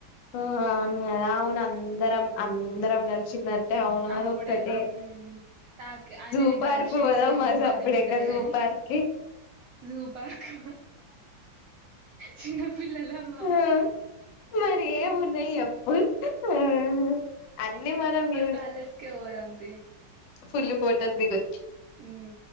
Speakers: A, on the left; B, on the right.
A: ఆ అవును గదా అవును అందరం అందరం కలిసింద టే ఔను
B: అప్పుడే
A: అది ఒక్కటే
B: మ్మ్ నాకు ఆయనని
A: జూ పార్క్
B: కలిసిండేమో
A: పోదామా సప్పుడేకా
B: మధ్య మధ్యలో
A: జూ
B: గాని
A: పార్ కి
B: జూ పార్కా చిన్న పిల్లలమా
A: ఆ మరి ఏం ఉన్నాయి ఎప్పు ఊ అన్నీ మనం జూ
B: పాలేస్ కే పోదాం తీ
A: ఫుల్లు ఫోటోస్ దిగొచ్చు
B: ఊ